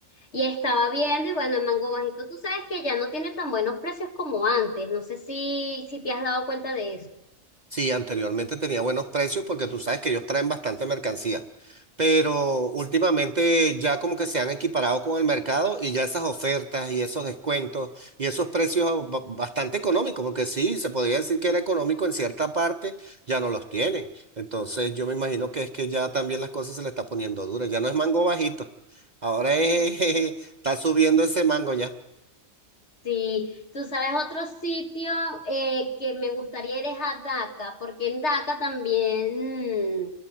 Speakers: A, on the left (about 55°); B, on the right (about 35°).
A: Y estaba viendo y bueno, en Mango Bajito tú sabes que ya no tiene tan buenos precios como antes. No sé si, si te has dado cuenta de eso.
B: Sí, anteriormente tenía buenos precios porque tú sabes que ellos traen bastante mercancía, pero últimamente ya como que se han equiparado con el mercado y ya esas ofertas y esos descuentos y esos precios ba- bastante económicos, porque sí, se podría decir que era económico en cierta parte, ya no los tienen. Entonces yo me imagino que es que ya también las cosas se le está poniendo duras, ya no es mango bajito, ahora es, <laughs> está subiendo ese mango ya.
A: Sí, tú sabes otro sitio eh, que me gustaría ir es a Daca, porque en Daca también mm,